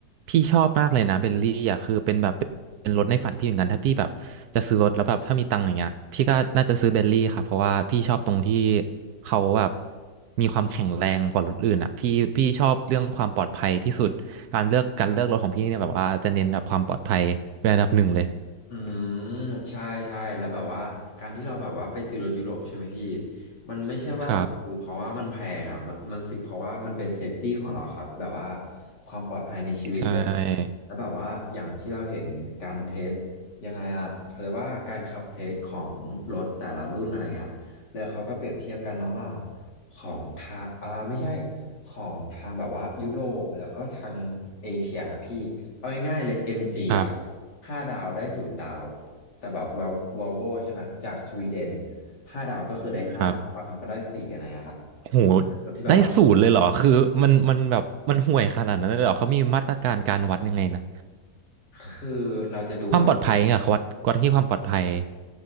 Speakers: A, on the right; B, on the left.
A: พี่ชอบมากเลยนะเบลลี่อ่ะคือเป็นแบบเป็นรถในฝันพี่เหมือนกันถ้าพี่แบบจะซื้อรถแล้วแบบถ้ามีตังค์อย่างเงี้ยพี่ก็น่าจะซื้อเบลลี่ค่ะเพราะว่าพี่ชอบตรงที่เขาแบบมีความแข็งแรงกว่ารถอื่นอ่ะพี่พี่ชอบเรื่องความปลอดภัยที่สุดการเลือกการเลือกรถของพี่เนี่ยแบบว่าจะเน้นแบบความปลอดภัยเป็นอันดับหนึ่งเลย
B: อืมใช่ใช่แล้วแบบว่าการที่เราแบบว่าไปซื้อรถยุโรปใช่ไหมพี่มันไม่ใช่ว่าเราซื้อเพราะว่ามันแพงอ่ะมันมันซื้อเพราะว่ามันเป็นเซฟตี้ของเราครับแบบว่า
A: ครับ
B: ความปลอดภัยในชีวิตเลยอะแล้วแบบว่าอย่างที่เราเห็นการเทส
A: ใช่
B: ยังไงอ่ะเขาเรียกว่าการขับเทสของรถแต่ละรุ่นอะไรเงี้ยแล้วเขาก็เปรียบเทียบกันระหว่างของทางอ่าไม่ใช่ของทางแบบว่ายุโรปแล้วก็ทางเอเชียครับพี่เอาง่ายๆเลยเอ็มจีอ่ะ
A: ครับ
B: ห้าดาวได้ศูนย์ดาวแต่แบบววอลโวใช่ไหมจากสวีเดนห้าดาวก็คือได้ห้าบางครั้งก็ได้สี่อะไรอะครับซึ่งรถที่แบบว่า
A: ครับโหได้สูตรเลยเหรอคือมันมันแบบมันห่วยขนาดนั้นเลยเหรอเขามีมาตรการการวัดยังไงนะ
B: คือเราจะดูว่า
A: ความปลอดภัยเนี่ยเขาวัดวัดที่ความปลอดภัย